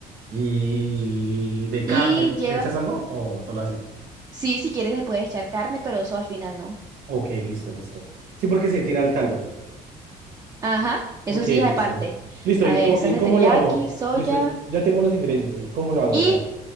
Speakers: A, on the right (about 60°); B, on the right (about 20°).
A: ¿Y de carne?
B: Y lleva,
A: ¿Le echas algo o solo así?
B: sí, si quieres le puedes echar carne, pero eso al final no.
A: Ok, listo, listo. Sí, porque se tira el caldo.
B: Ajá, eso
A: Ok,
B: sí es
A: listo.
B: aparte.
A: Listo,
B: A
A: ¿y,
B: ver,
A: co-
B: salsa
A: y cómo
B: teriyaki,
A: lo hago?
B: soya
A: Listo, ya tengo los ingredientes. ¿Y cómo lo hago?
B: y
A: O sea.